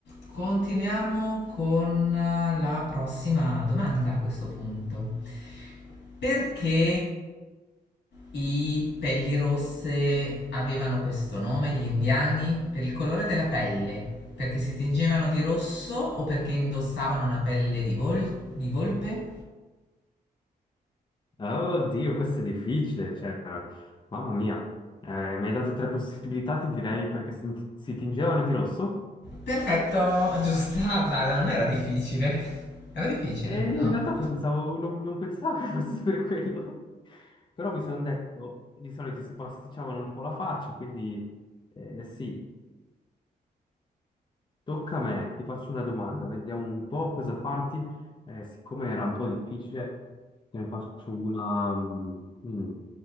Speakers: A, on the left; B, on the left.
A: Continuiamo con eh, la prossima domanda a questo punto. Perché i pelli rosse avevano questo nome, gli indiani? Per il colore della pelle? Perché si tingevano di rosso o perché indossavano una pelle di, vol- di volpe?
B: Ah, Oddio, questo è difficile, cioè, mamma mia, Eh, mi hai dato tre possibilità, ti direi, perché si, si tingevano di rosso
A: Perfetto, giusta, dai, non era difficile. Era difficile,
B: e
A: no.
B: in realtà pensavo, non, non pensavo che fosse per quello, però mi sono detto, di solito si pasticciavano un po' la faccia, quindi eh, sì, Tocca a me, ti faccio una domanda, vediamo un po' cosa farti. Eh, siccome era un po' difficile, te ne faccio una. mm, mm.